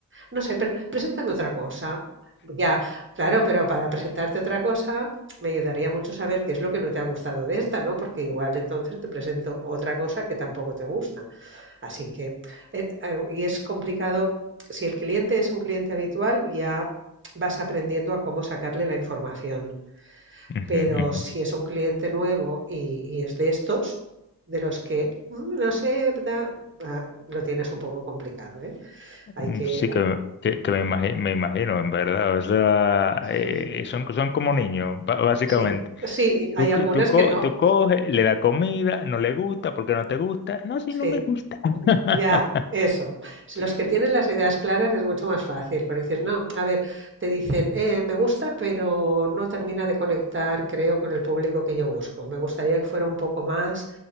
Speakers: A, on the right; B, on the left.
A: no sé, pero preséntame otra cosa. Ya, claro, pero para presentarte otra cosa me ayudaría mucho saber qué es lo que no te ha gustado de esta, ¿no? Porque igual entonces te presento otra cosa que tampoco te gusta. Así que, eh, eh, y es complicado, si el cliente es un cliente habitual, ya vas aprendiendo a cómo sacarle la información.
B: ujú,
A: Pero
B: ujú.
A: si es un cliente nuevo y, y es de estos, de los que, "Mm, no sé, da-", ah, lo tienes un poco complicado, ¿eh?
B: Mm,
A: Hay que...
B: Sí,
A: ah,
B: que, que, que me imagi- me imagino, en verdad. O sea, eh,
A: mm,
B: eh, son, son como niños, ba- básicamente.
A: Sí, sí,
B: Tú,
A: hay algunas
B: c- tú, co-
A: que no.
B: tú coges, le das comida, no le gusta, porque no te gusta. No, si
A: Sí.
B: no me gusta. <laughs>
A: Ya, eso. Si Los que tienen las ideas claras es mucho más fácil, pero dices, no, a ver, te dicen, "Eh, me gusta, pero no termina de conectar, creo, con el público que yo busco. Me gustaría que fuera un poco más,